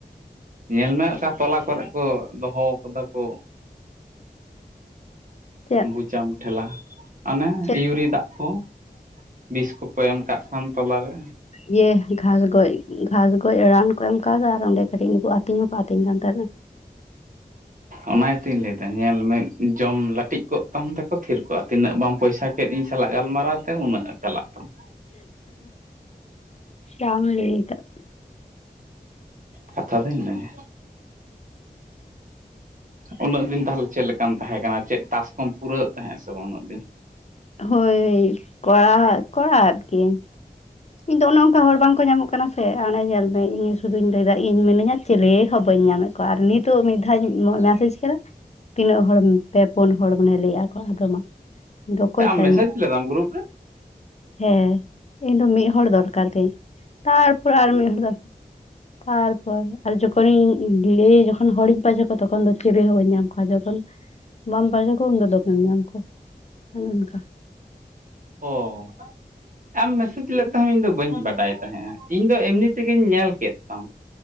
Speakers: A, on the right; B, on the left.
A: ᱧᱮᱞ ᱢᱮ ᱚᱠᱟ ᱛᱚᱞᱟ ᱠᱚᱨᱮᱜ ᱠᱚ ᱫᱚᱦᱚ ᱠᱟᱫᱟ ᱠᱚ
B: ᱪᱮᱫ
A: ᱵᱩᱪᱟᱢ ᱴᱷᱮᱞᱟ ᱚᱱᱟ
B: ᱪᱮᱫ
A: ᱤᱭᱩᱨᱤ ᱫᱟᱜ ᱠᱚ ᱵᱤᱥ ᱠᱚᱠᱚ ᱮᱢ ᱠᱟᱜ ᱠᱷᱟᱱ ᱛᱚᱞᱟᱨᱮ
B: ᱤᱭᱟᱹ ᱜᱷᱟᱸᱥ ᱜᱚᱡ, ᱜᱷᱟᱸᱥ ᱜᱚᱡ ᱨᱟᱱ ᱦᱚᱸᱠᱚ ᱮᱢ ᱠᱟᱣᱫᱟ ᱟᱨ ᱚᱸᱰᱮ ᱠᱟᱹᱴᱤᱡ ᱱᱩᱠᱩ ᱟᱛᱤᱧ ᱦᱚᱸᱠᱚ ᱟᱛᱤᱧ ᱠᱟᱱ ᱛᱟᱸᱦᱮᱱᱟ
A: ᱚᱱᱟ ᱜᱮᱛᱩᱧ ᱞᱟᱹᱭᱫᱟ ᱧᱮᱞ ᱢᱮ ᱡᱚᱢ ᱞᱟᱹᱴᱤᱡ ᱠᱚᱜ ᱛᱟᱢ ᱛᱮᱠᱚ ᱛᱷᱤᱨ ᱠᱚᱜ-ᱟ ᱛᱤᱱᱟᱹᱜ ᱵᱟᱢ ᱯᱚᱭᱥᱟ ᱠᱮᱫ ᱤᱧ ᱥᱟᱞᱟᱜ ᱜᱟᱞᱢᱟᱨᱟᱣ ᱛᱮ ᱩᱱᱟᱹᱜ ᱪᱟᱞᱟᱜ ᱛᱟᱢᱟ
B: ᱡᱟᱢ ᱞᱟᱹᱭ ᱠᱟᱜ
A: ᱠᱟᱛᱷᱟ ᱫᱚ ᱤᱱᱟᱹᱜᱮ ᱩᱱᱟᱹᱜ ᱫᱤᱱ ᱛᱟᱦᱞᱮ ᱪᱮᱫ ᱞᱮᱠᱟᱢ ᱛᱟᱦᱮᱸ ᱠᱟᱱᱟ ᱪᱮᱫ ᱴᱟᱥᱠ ᱠᱚᱢ ᱯᱩᱨᱟᱹᱣᱮᱫ ᱛᱟᱦᱮᱸᱜ ᱥᱮ ᱵᱟ ᱩᱱᱟᱹᱜ ᱫᱤᱱ
B: ᱦᱳᱭ <unintelligible> ᱟᱨ ᱠᱤ ᱤᱧ ᱫᱚ ᱚᱱᱮ ᱚᱝᱠᱟ ᱦᱚᱲ ᱵᱟᱝᱠᱚ ᱧᱟᱢᱚᱜ ᱠᱟᱱᱟ ᱥᱮ ᱚᱱᱮ ᱧᱮᱞ ᱢᱮ ᱤᱧ ᱥᱩᱫᱩᱧ ᱞᱟᱹᱭᱫᱟ ᱤᱧ ᱢᱤᱱᱤᱧᱟ ᱪᱮᱞᱮ ᱦᱚᱸ ᱵᱟᱹᱧ ᱧᱟᱢᱮᱫ ᱠᱚᱣᱟ ᱟᱨ ᱱᱤᱛᱚᱜ ᱢᱤᱫ ᱫᱷᱟᱣᱤᱧ ᱢᱮᱥᱮᱡᱽ ᱠᱟᱫᱟ ᱛᱤᱱᱟᱹᱜ ᱦᱚᱲᱮᱢ ᱯᱮ ᱯᱩᱱ ᱦᱚᱲ ᱢᱟᱱᱮ ᱞᱟᱹᱭᱟᱜᱼᱟ ᱠᱚ, ᱟᱫᱚ ᱢᱟ ᱤᱧᱫᱚ ᱚᱠᱚᱭ
A: ᱟᱢ
B: ᱥᱟᱶᱤᱧ
A: ᱢᱮᱥᱮᱡᱽ
B: ᱨᱚᱲ
A: ᱞᱮᱫᱟᱢ ᱜᱨᱩᱯ ᱨᱮ
B: ᱦᱮᱸ ᱤᱧ ᱫᱚ ᱢᱤᱫ ᱦᱚᱲᱚᱲ ᱫᱚᱨᱠᱟᱨ ᱛᱤᱧ ᱛᱟᱨᱯᱚᱨ ᱟᱨ ᱢᱤᱫ ᱦᱚᱲ ᱫᱚᱨᱠᱟᱨ ᱛᱟᱨᱯᱚᱨ ᱟᱨ ᱡᱚᱠᱷᱚᱱᱤᱧ ᱞᱟᱹᱭ ᱡᱚᱠᱷᱚᱱ ᱦᱚᱲᱤᱧ ᱯᱟᱸᱡᱟ ᱠᱚᱣᱟ ᱛᱚᱠᱷᱚᱱ ᱫᱚ ᱪᱮᱵᱤ ᱦᱚᱸ ᱵᱟᱹᱧ ᱧᱟᱢᱟ᱾ ᱚᱠᱟ ᱡᱚᱠᱷᱚᱱ ᱵᱟᱢ ᱯᱟᱱᱡᱟ ᱠᱚᱣᱟ ᱩᱱ ᱫᱚ ᱫᱚᱢᱮᱢ ᱧᱟᱢ ᱠᱚᱣᱟ ᱚᱱᱮ ᱚᱱᱠᱟ
A: ᱚ ᱟᱢ ᱢᱮᱥᱮᱡᱽ ᱞᱮᱫ ᱛᱟᱦᱮᱸ ᱤᱧ ᱫᱚ ᱵᱟᱹᱧ ᱵᱟᱰᱟᱭ ᱛᱟᱦᱮᱸᱜᱼᱟ ᱤᱧ ᱫᱚ ᱮᱢᱱᱤ ᱛᱮᱜᱤᱧ ᱧᱮᱞ ᱠᱮᱫ ᱛᱟᱢ᱾